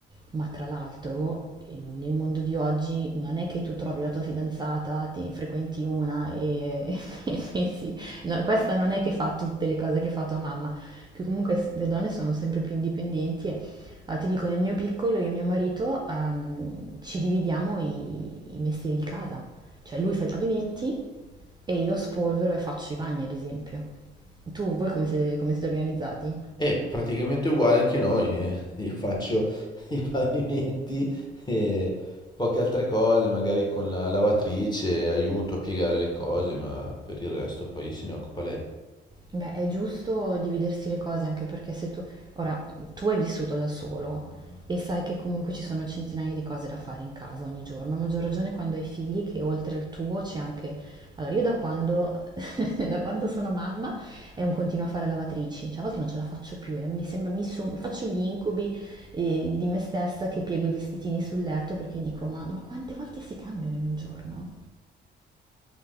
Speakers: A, on the right; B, on the left.
A: Ma tra l'altro, in- nel mondo di oggi non è che tu trovi la tua fidanzata, te ne frequenti una e, <laughs> e pensi, no, questa non è che fa tutte le cose che fa tua mamma, che comunque s- le donne sono sempre più indipendenti e ah, ti dico, nel mio piccolo io e mio marito ehm, ci dividiamo i, i mestieri di casa, cioè lui fa i pavimenti e io spolvero e faccio i bagni, ad esempio. Tu, voi come siete, come siete organizzati?
B: E praticamente uguale anche noi. eh, Io faccio <laughs> i pavimenti e poche altre cose, magari con la lavatrice, aiuto a piegare le cose, ma per il resto poi se ne occupa lei.
A: Beh, è giusto dividersi le cose anche perché se tu, ora, tu hai vissuto da solo e sai che comunque ci sono centinaia di cose da fare in casa ogni giorno, a maggior ragione quando hai figli che oltre al tuo c'è anche... Allora, io da quando, <laughs> da quando sono mamma è un continuo a fare lavatrici, cioè a volte non ce la faccio più, eh, mi sembra, mi so- faccio gli incubi eh, di me stessa che piego i vestitini sul letto perché dico, ma, ma quante volte si cambiano in un giorno?